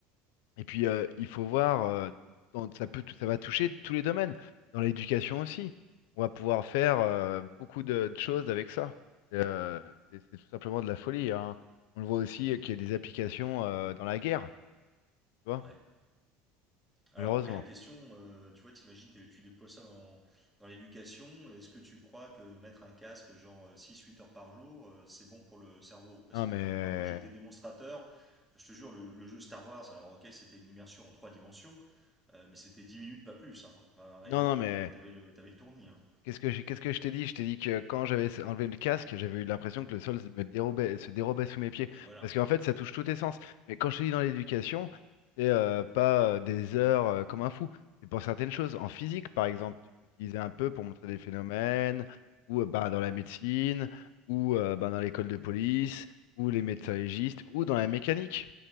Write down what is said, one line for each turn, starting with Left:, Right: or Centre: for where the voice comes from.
Left: Et puis, euh, il faut voir, euh, dans- ça peut, ça va toucher tous les domaines, dans l'éducation aussi. On va pouvoir faire euh, beaucoup de, de choses avec ça. Euh, c'est c'est tout simplement de la folie, hein. On le voit aussi euh, qu'il y a des applications euh, dans la guerre, tu vois,
Centre: Ouais. Alors
Left: malheureusement.
Centre: après, la question, euh, tu vois, t'imagines, t'es- tu déploies ça dans, dans l'éducation, est-ce que tu crois que mettre un casque genre euh, six huit heures par jour, euh, c'est bon pour le cerveau? Parce
Left: Non,
Centre: que
Left: mais
Centre: moi, quand j'étais démonstrateur, je te jure, le, le jeu Star Wars, alors ok, c'était une immersion en trois dimensions, euh, mais c'était 10 minutes, pas plus, hein. Enfin, réellement,
Left: non, non, mais
Centre: euh, t'avais le, t'avais le tournis, hein.
Left: Qu'est-ce que j'ai, qu'est-ce que je t'ai dit? Je t'ai dit que quand j'avais enlevé le casque, j'avais eu l'impression que le sol se me dérobait, se dérobait sous mes pieds.
Centre: Et voilà.
Left: Parce qu'en fait, ça touche tous tes sens. Mais quand je te dis dans l'éducation, c'est euh, pas euh, des heures euh, comme un fou. C'est pour certaines choses. En physique, par exemple, tu peux utiliser un peu pour montrer des phénomènes, ou euh, bah, dans la médecine, ou euh, bah, dans l'école de police, ou les médecins légistes, ou dans la mécanique.